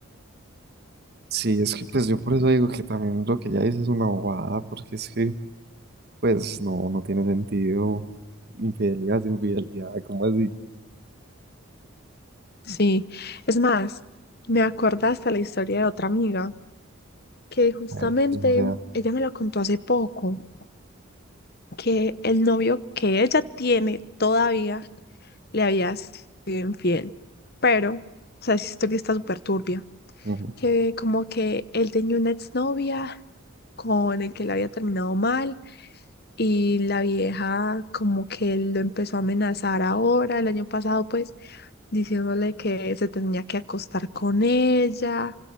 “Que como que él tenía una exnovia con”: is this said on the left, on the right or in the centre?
Left